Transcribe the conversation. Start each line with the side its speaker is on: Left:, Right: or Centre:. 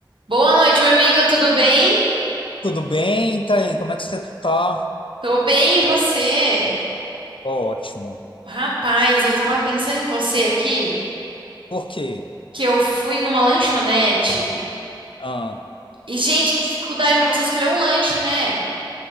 Right: Boa noite, meu amigo, tudo bem?
Left: Tudo bem, Thaís? Como é que você tá?
Right: Tô bem, e você?
Left: Ótimo.
Right: Rapaz, eu tava pensando em você aqui,
Left: Por quê?
Right: que eu fui numa lanchonete.
Left: Ah,
Right: E, gente, que dificuldade pra você escolher um lanche, né?